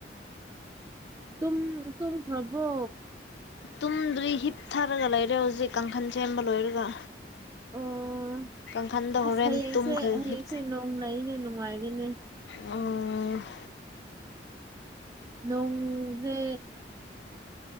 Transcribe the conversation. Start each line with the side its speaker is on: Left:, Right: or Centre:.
Right: ꯇꯨꯝ ꯇꯨꯝꯀꯔ꯭ꯕꯣ
Left: ꯇꯨꯝꯗ꯭ꯔꯤ ꯍꯤꯞꯊꯥꯔꯒ ꯂꯩꯔꯦ ꯍꯧꯖꯤꯛ ꯀꯥꯡꯈꯟ ꯁꯦꯝꯕ ꯂꯣꯏꯔꯒ
Right: ꯑꯣ ꯑꯣ
Left: ꯀꯥꯡꯈꯟꯗ ꯍꯣꯔꯦꯟ
Right: ꯑꯁ ꯍꯌꯦꯡꯁꯦ
Left: ꯇꯨꯝꯈ꯭ꯔꯦ
Right: ꯍꯌꯦꯡꯁꯦ
Left: ꯍꯤꯞ
Right: ꯅꯣꯡ ꯂꯩꯔꯦꯅꯦ ꯅꯨꯡꯉꯥꯏꯔꯤꯅꯦ
Left: ꯎꯑ <inaudible>
Right: ꯅꯣꯡꯖꯦ